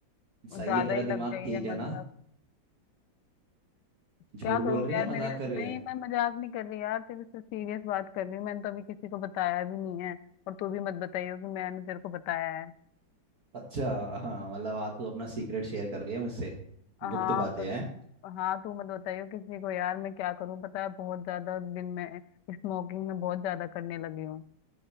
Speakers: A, on the right; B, on the left.
A: सही
B: ज्यादा
A: है तेरा
B: ही लग
A: दिमाग
B: गई
A: ठीक
B: है
A: है
B: मतलब
A: ना झूठ
B: क्या करूँ
A: बोल रही
B: यार
A: है मजाक
B: मेरे
A: कर रही
B: नहीं
A: है
B: मैं मजाक नहीं कर रही यार तेरे से सीरियस बात कर रही हूँ मैंने तो अभी किसी को बताया भी नहीं है और तू भी मत बताइयो कि मैंने तेरे को बताया है
A: अच्छा हाँ मतलब आज तू अपना सीक्रेट शेयर कर रही है मुझसे
B: हाँ
A: गुप्त बातें
B: मत,
A: हैं
B: हाँ तू मत बताइयो किसी को यार मैं क्या करूँ पता है बहुत ज्यादा दिन में स्मोकिंग में बहुत ज्यादा करने लगी हूँ